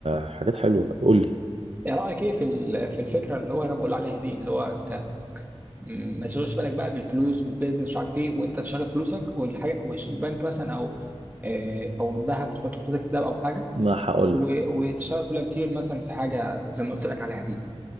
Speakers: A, on the right (about 70°); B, on the right (about 15°).
A: حاجات حلوة قول لي
B: ايه رايك ايه في ال- في الفكره اللي هو انا بقول عليها دي اللي هو انت مم. ما تشغلش بالك بقى بالفلوس والبيزنس مش عارف ايه وانت تشغل فلوسك والحاجه والبنك مثلا او آه، او الذهب تحط فلوسك في دهب او حاجه
A: ما هقول
B: و-
A: لك
B: وتشتغل فولنتير مثلا في حاجه زي ما قلت لك عليها دي